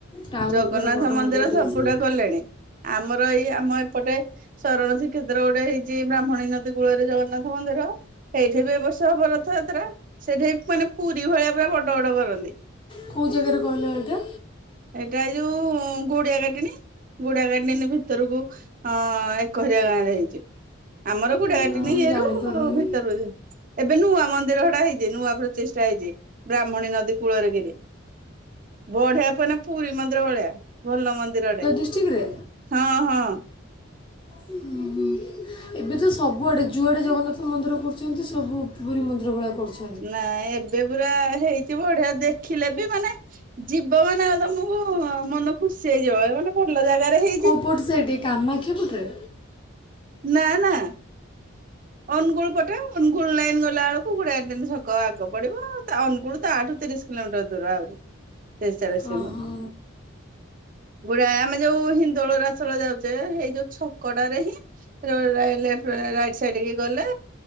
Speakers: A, on the left (about 25°); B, on the right (about 40°).
A: ଟାଉନ୍
B: ଜଗନ୍ନାଥ
A: ଉପରେ ଗୋଟେ ବଡ଼
B: ମନ୍ଦିର
A: ମନ୍ଦିରଟେ
B: ସବୁଡା
A: ହେଇଛି
B: କଲେଣି। ଆମର ଏଇ ଆମ ଏପଟେ। ଶରଣ ସୀକ୍ଷେତ୍ର ଗୋଟେ ହେଇଚି ଏଇ ବ୍ରାହ୍ମଣୀ ନଦୀ କୂଳରେ ଜଗନ୍ନାଥ ମନ୍ଦିର। ଏଇଠି ବି ଏ ବର୍ଷ ହବ ରଥଯାତ୍ରା ସେଇଠି ମାନେ ପୁରୀ ଭଳିଆ ପୁରା ବଡ ବଡ କରନ୍ତି।
A: କେଉଁ ଜାଗାରେ କହିଲେ ଏଇଟା
B: ଏଇଟା ଏ ଯୋଉ ଗୁଡିଆ କାଟେଣୀ ଗୁଡିଆ କାଟେଣି ଭିତରକୁ ଅ ଖଇରିଆ ଗାଁ ରେ ହେଇଚି ଆମର ଗୁଡାଆକାଟେଣି
A: ନା ମୁଁ
B: ଇଏରୁ
A: ଜାଣିପାରୁନି
B: ଭିତରୁଆ। ଏବେ ନୂଆ ମନ୍ଦିର ହେଟା ହେଇଚି ନୂଆ ପ୍ରଚିଷ୍ଟା ହେଇଚି ବ୍ରାହ୍ମଣୀ ନଦୀ କୂଳରେ କିନି। ବଢିଆ ମାନେ ପୁରୀ ମନ୍ଦିର ଭଳିଆ ଭଲ ମନ୍ଦିର ଟେ।
A: ଡିଷ୍ଟ୍ରିକ୍ ରେ।
B: ହଁ ହଁ।
A: ହୁଁ ହୁଁ। ଏବେ ତ ସବୁଆଡ଼େ ଯୁଆଡ଼େ ଜଗନ୍ନାଥ ମନ୍ଦିର କରୁଛନ୍ତି ସବୁ ପୁରି ମନ୍ଦିର ଭଳିଆ କରୁଛନ୍ତି।
B: ନାଇ ଏବେ ପୁରା ହେଇଚି ବଢିଆ ଦେଖିଲେ ବି ମାନେ ଯିବ ମାନେ ଆଉ ତମୁକୁ ମନ ଖୁସି ହେଇଯିବ ମାନେ ଭଲ ଜାଗାରେ ହେ
A: କୋଉ ପଟ ସାଇଟ? କାମାକ୍ଷାପଟରେ
B: ନା ନା। ଅନୁଗୁଳ ପଟେ, ଅନୁଗୁଳ ଲାଇନ୍ ଗଲାବେଳକୁ <unintelligible> ଛକ ଆଗ ପଡିବ, ଅନୁଗୁଳ ତାଆଠୁ ତିରିଶ କିଲୋମିଟର ଦୂର ଆହୁରି। ତିରିଶି ଚାଲିଶି
A: ହଁ
B: କିଲୋମିଟର।
A: ହଁ
B: ଗୁଡାଏ ଆମେ ଯୋଉ ହିନ୍ଦୋଳ ରାସଳ ଯାଉଛେ ଏଇ ଯୋଉ ଛକଟାରେ ହିଁ ର ଲ ରାଇଟ ସାଇଡ କି ଗଲେ